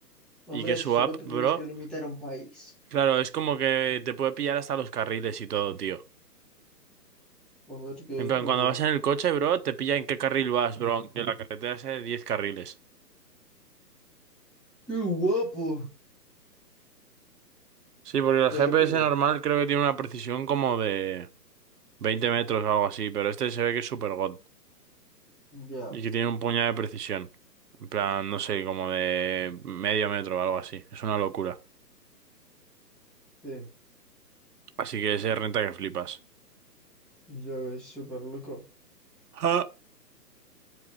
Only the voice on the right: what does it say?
y que su
app,
bro,
claro, es como que te puede pillar hasta los carriles y todo, tío.
En plan,
cuando vas en el coche, bro, te pilla en qué carril vas, bro, aunque la carretera sea de diez carriles.
Sí, porque el
GPS
normal creo que tiene una precisión como de 20 metros o algo así, pero este se ve que es super god
y que tiene un puñado de precisión. En plan, no sé, como de medio metro o algo así. Es una locura.
Así que ese renta que flipas.
Ah,